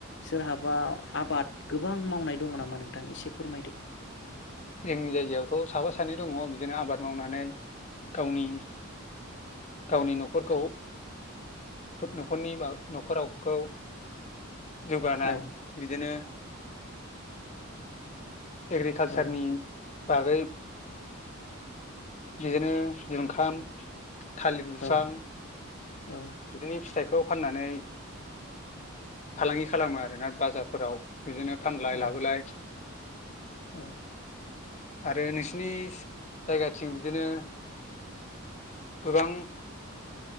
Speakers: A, on the left; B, on the left.
A: सोरहाबा आबाद गोबां मावनाय दङ नामा नोंथां एसे फोरमायदो।
B: जोंनि जायगायावथ' साबा सानै दङ बिदिनो आबाद मावनानै गावनि गावनि न'खरखौ न'खरनि न'खरावखौ जौगानाय
A: औ
B: बिदिनो एग्रिकाल
A: औ
B: सारनि बागै बिदिनो जुंखाम थालिर बिफां
A: औ औ
B: बिदिनो फिथाइखौ फाननानै फालांगि खालामो आरोना बाजारफोराव बिदिनो फानलाय
A: औ
B: लाबोलाय
A: औ
B: आरो नोंसिनि जायगाथिं बिदिनो गोबां